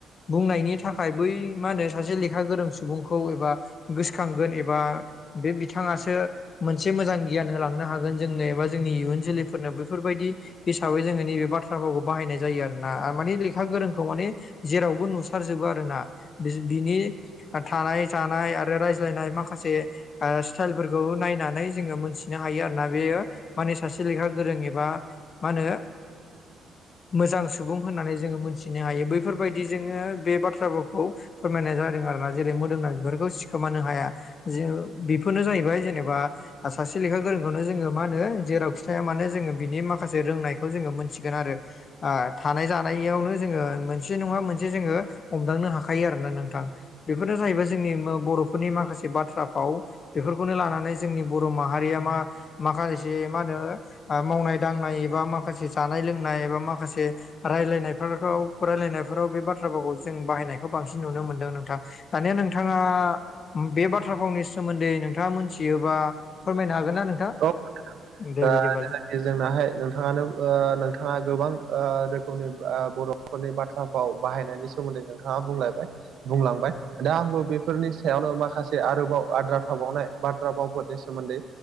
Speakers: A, on the left; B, on the right.
A: बुंनायनि थाखाय बै मा होनो सासे लेखा गोरों सुबुंखौ एबा गोसोखांगोन एबा बे बिथाङासो मोनसे मोजां गियान होलांनो हागोन जोंनो एबा जोंनि इयुन जोलैफोरनो बेफोरबायदि। हिसाबै जोङो नैबे बाथ्राभावखौ बाहायनाय जायो आरो ना आ माने लेखा गोरोंखौ माने जेरावबो नुसारजोबा आरो ना बि बिनि आ थानाय थानाय आ आरो रायज्लायनाय माखासे आ स्टाइलफोरखौ नायना नानै जोङो मोनथिनो हायो आरोना बेयो माने सासे लेखा गोरों एबा मा होनो मोजां सुबुं होननानै जोङो मोनथिनो हायो बैफोरबायदि जोङो बे बाथ्राफोरखौ फोरमायनाय जादों आरो ना। जेरै मोदोमनाय बिबारखौ सिखोमानो हाया जे बेफोरनो जाहैबाय जेनेबा ओ सासे लेखा गोरोंखौनो जोङो मा होनो जेरावखि थाया मानो जोङो बिनि माखासे रोंनायखौ जोङो मोनथिगोन आरो। आ थानाय जानायावनो जोङो मोनसे नङा मोनसे जोङो हमदांनो हाखायो आरो ना नोंथां। बेफोरनो जाहैबाय जोंनि मो बर'फोरनि माखासे बाथ्रा फाव बेफोरखौनो लानानै जोंनि बर' माहारिया मा माखासे मा होनो आ मावनाय-दांनाय एबा माखासे जानाय लोंनाय एबा माखासे रायलायनायफोरखौ फरायलायनायफोराव बे बाथ्राफोरखौ जों बाहायनायखौ बांसिन नुनो मोनदों नोंथां। दानिया नोंथाङा बे बाथ्रा फावनि सोमोन्दै नोंथाङा मोनथियोबा फोरमायनो हागोन ना नोंथां?
B: औ
A: दे
B: ओ
A: बिदिबालाय।
B: जेनाखि जोंनाहाय नोंथाङानो ओ नोंथाङा गोबां ओ रोखोमनि ओ बर' फोरनि बाथ्रा भाव बाहायनायनि सोमोन्दै नोंथाङा बुंलायबाय बुंलांबाय। दा आंबो बेफोरनि सायावनो माखासे आरोबाव आद्रा थाबावनाय बाथ्रा बावफोरनि स सोमोन्दै